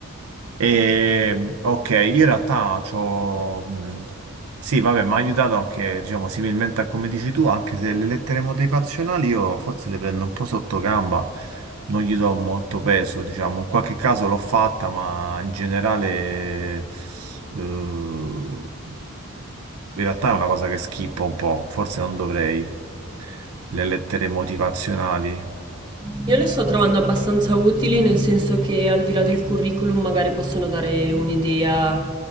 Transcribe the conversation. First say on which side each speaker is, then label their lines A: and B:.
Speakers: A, on the right; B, on the right.
A: E, ok, in realtà c'ho... mh, Sì, vabbè, mi ha aiutato anche, diciamo, similmente a come dici tu, anche se le lettere motivazionali io forse le prendo un po' sotto gamba, non gli do molto peso, diciamo. In qualche caso l'ho fatta, ma in generale... eh, in realtà è una cosa che schippo un po', forse non dovrei. Le lettere motivazionali.
B: Io le sto trovando abbastanza utili, nel senso che al di là del curriculum magari possono dare un'idea